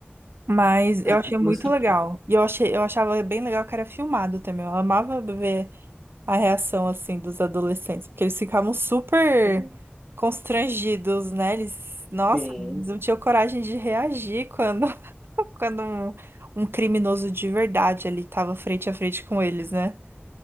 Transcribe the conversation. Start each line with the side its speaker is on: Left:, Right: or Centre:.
Right: Mas
Centre: Ah,
Right: eu achei
Centre: eu
Right: muito
Centre: gosto
Right: legal. E eu achei, eu achava bem legal que era filmado também. Eu amava ver a reação, assim, dos adolescentes. Porque eles ficavam super constrangidos, né? Eles, nossa,
Centre: sim.
Right: eles não tinham coragem de reagir quando, <laughs> quando um, um criminoso de verdade ali tava frente a frente com eles, né?